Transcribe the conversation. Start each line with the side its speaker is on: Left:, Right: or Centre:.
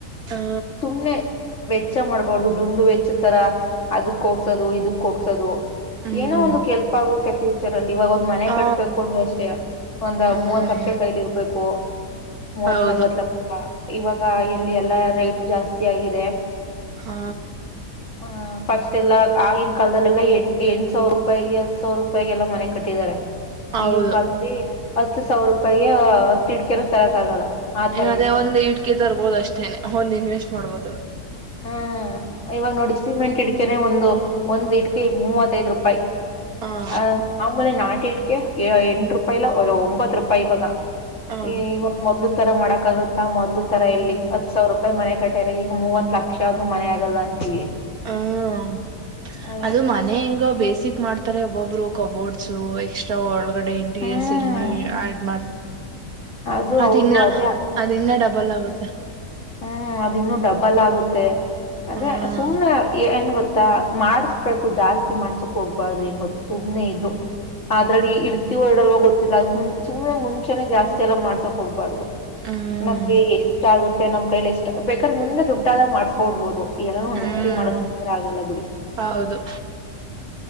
Right: ಹಾ
Left: ಸುಮ್ನೆ ವೆಚ್ಚ ಮಾಡ್ಬಾರ್ದದು ದುಂಡು ವೆಚ್ಚ ತರ ಅದಕ್ ಹೋಗಗ್ಸೋದು ಇದಕ್ ಹೋಗಸೋದು
Right: ಹ್ಮ್
Left: ಏನೋ ಒಂದು ಕೆಲ್ಪ್ ಆಗುತ್ತೆ ಫ್ಯೂಚರ್ ಅಲ್ಲಿ ಇವಾಗ ಒಂದ್ ಮನೆ
Right: ಹ
Left: ಕಟ್ಬೇಕು ಅಂದ್ರೆ ಅಷ್ಟೇ ಒಂದ
Right: ಹ್ಮ್
Left: ಮೂವತ್ ಲಕ್ಷ ಕೈಲಿ ಇರ್ಬೇಕು ಮೂವತ್
Right: ಹೌದು
Left: ನಲ್ವತ್ ಲಕ್ಷ ಇವಾಗ ಇಲ್ಲಿ ಎಲ್ಲಾ ರೇಟು ಜಾಸ್ತಿ ಆಗಿದೆ
Right: ಹಾ
Left: ಹ ಫಸ್ಟ್ ೆಲ್ಲ ಆಗಿನ ಕಾಲಲ್ಲಾ ಎ್ ಎಂಟು ಸಾವಿರ ರೂಪಾಯಿಗೆ ಹತ್ತು ಸಾವಿರ ರೂಪಾಯಿಗೆ ಎಲ್ಲ ಮನೆ ಕಟ್ಟಿದ್ದಾರೆ
Right: ಹೌದು
Left: ಈಗಿನ ಕಾಲದಲ್ಲಿ ಹತ್ತು ಸಾವಿರ ರೂಪಾಯಿಗೆ ಹತ್ ಇಿಡ್ಕೆನ ತರಕ್ ಆಗಲ್ಲ ಆತರ
Right: ಅದೇ
Left: ಇದೆ
Right: ಒಂದು್ ಇಡ್ಕೆ ತರ್ಬೋದು ಅಷ್ಟೇನೆ ಒಂದ್ ಇನ್ವೆಸ್ಟ್ ಮಾಡ್ಬೋದು
Left: ಹ್ಮ್ ಇವಾಗ ನೋಡಿ ಸಿಮೆಂಟ್ ಇಡ್ಕೆನೆ ಒಂದು ಒಂದ್ ಇಡ್ಕೆ ಮೂವತ್ತೈದ್ ರೂಪಾಯಿ
Right: ಹ
Left: ಅ ಮಾಮೂಲಿ ನಾಟಿಟ್ಕ ಎಂಟ ರೂಪಾಯಿಲ ಒ ಒಂಬತ್ತು ರೂಪಾಯಿ ಇವಾಗ
Right: ಹ
Left: ಈ ಇವಾಗ ಮೊ್ ತರ ಮಾಡಕ್ ಆಗತ್ತಾ ಮೊ್ ತರ
Right: ಹ್ಮ್
Left: ಇಲ್ಲಿ ಹತ್ ಸಾವಿರ ರೂಪಾಯಿ ಮನೆ ಕಟ್ಟರೆ ಈಗ ಮೂವತ್ ಲಕ್ಷ ಆದ್ರೂ ಮನೆ ಆಗಲ್ಲ ಅಂತೀವಿ
Right: ಹ್ಮ
Left: ಅದೇ
Right: ಅದು ಮನೆ ಯಂಗೋ ಬೇಸಿಕ್ ಮಾಡ್ತಾರೆ ಒಬ್ಬೊಬ್ಬರು ಕಬೋರ್ಡ್ಸ್ ಎಕ್ಸ್ಟ್ರಾ ಒಳಗಡೆ ಇಂಟೀರಿಯರ್ಸ್
Left: ಹ್ಮ್
Right: ಏನೆನೊ ಆಡ್
Left: ಅದು
Right: ಅದ
Left: ಹೌದು
Right: ಇನ್ನ
Left: ಅದೇ
Right: ಅದಿನ್ನ ಡಬಲ್ ಆಗುತ್ತೆ
Left: ಹ್ಮ್ ಅದಿ ಇನ್ನುೂ ಡಬ್ಬಲ್ ಆಗುತ್ತೆ ಅದೇ
Right: ಹ್ಮ್
Left: ಸುಮ್ಮ್ನೆ ಹೆಏನ್್ ಗೊತ್ತ ಮಾಡಸ್ಬೇಕು ಜಾಸ್ತಿ ಮಾಡ್ಸಕ್ ಹೋಗ್ಬಾರ್ದು ಹೆಂಗ್ ಗೊತ್ತು ಸುಮ್ನೆ ಇದು ಅದ್ರಲ್ಲಿ ಇಡ್ತಿ ಹೊರ್ಡಲ್ವ ಗೊತ್ತಿಲ್ಲ ಮು ಸುಮ್ನೆ ಮುಂಚೆನೆ ಜಾಸ್ತಿ ಎಲ್ಲ ಮಾಡ್ಸಕ್ ಹೋಗ್ಬಾರ್ದು
Right: ಹ್ಮ್
Left: ನಮ್ಗೆ ಎಷ್ಟ ಆಗುತ್ತೆ ನಮ್ ಕೈಲಿ ಎಷ್ಟ ಬೇಕಾದ್ರೆ ಮುಂದೆ ದುಡ್ಡಾದಾಗ ಮಾಡ್ಸ್ಕೊಡ್ಬೋದು ಎಲ್ಲಾನು ಒಂದಿಸತಿ
Right: ಹ್ಮ್
Left: ಮಾಡಸಂಗ್ರೆ ಆಗಲ್ಲ ಬಿಡಿ
Right: ಹೌದು